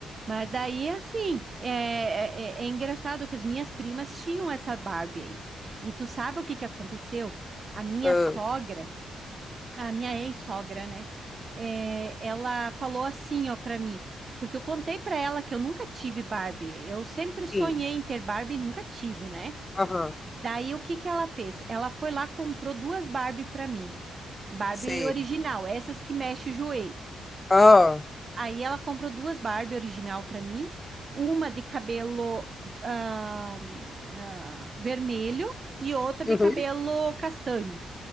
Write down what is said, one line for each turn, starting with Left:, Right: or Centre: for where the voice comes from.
Right: Mas daí, assim, é, é, é- é engraçado que as minhas primas tinham essa Barbie aí. E tu sabe o que que aconteceu? A minha
Left: Ah,
Right: sogra. A minha ex-sogra, né? É, ela falou assim, ó, pra mim, porque eu contei pra ela que eu nunca tive Barbie. Eu sempre sonhei
Left: sim.
Right: em ter Barbie e nunca tive, né?
Left: Aham.
Right: Daí o que que ela fez? Ela foi lá, comprou duas Barbie pra mim. Barbie
Left: Sim.
Right: original, essas que mexe o joelho.
Left: Ah.
Right: Aí ela comprou duas Barbie original pra mim, uma de cabelo ah, ah, vermelho e outra de
Left: Uhum.
Right: cabelo castanho.